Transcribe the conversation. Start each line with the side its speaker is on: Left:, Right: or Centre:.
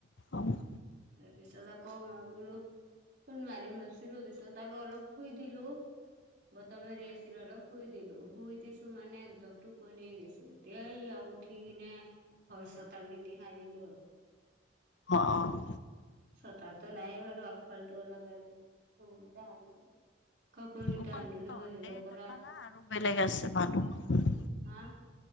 Left: অ'।
Right: তাৰ পিছত আকৌ মই বোলো ফোন মাৰিম ভাবিছিলোঁ, পিছত আৰু অলপ শুই দিলো, বতাহ মাৰি আছিল অলপ শুই দিলো শুই দিছোঁ মানে একদম টোপনিয়ে গৈছিলো এতিয়া এইয়া উঠি কিনে ঘৰ চোতালখিনি সাৰিলো।
Left: অ', অ'।
Right: চোতালটো নায়েই বাৰু। আগফালটো অলপ আৰু, ৰুমকেইটা সাৰিলো। কাপোৰ কেইটা
Left: অকল
Right: আনিলো
Left: তহঁতে
Right: বাহিৰৰ পৰা
Left: থকা না আৰু বেলেগ আছে মানুহ?
Right: হা।